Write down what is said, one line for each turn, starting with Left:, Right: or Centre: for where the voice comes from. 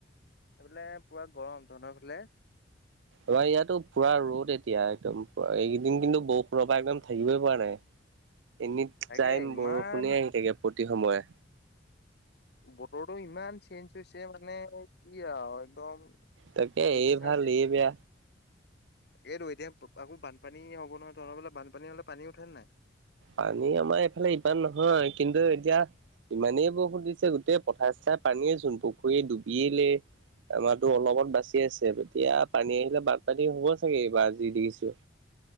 Left: এইফালে পুৰা গৰম তহঁতৰ ফালে?
Right: আমাৰ ইয়াতো পুৰা ৰ'দ এতিয়া একদম এইকেইদিন কিন্তু বৰষুণৰ পৰা একদম থাকিবই পৰা নাই।
Left: <unintelligible>
Right: এনি
Left: তাকে
Right: টাইম
Left: ইমান
Right: বৰষুণে আহি থাকে প্ৰতি সময়ে
Left: বতৰটো ইমান চেঞ্জ হৈছে মানে ইয়াৰ একদম
Right: তাকে
Left: হেৰি
Right: এই
Left: নিচিনিছিনা
Right: ভাল এই বেয়া
Left: এইটো এতিয়া আকৌ বানপানী হ'ব নহয়, তহতৰ ফালে বানপানী হলে পানী উঠে ন নাই?
Right: পানী আমাৰ এইফালে ইমান নহয় কিন্তু এতিয়া, ইমানেই বৰষুণ দিছে গোটেই পথাৰ চথাৰে পানীয়ে চোন পুখুৰীয়ে ডুবিয়েই আমাৰটো অলপত বাচি আছে এতিয়া পানী আহিলে বানপানী হ'ব চাগে এইবাৰ আজি দেখিছোঁ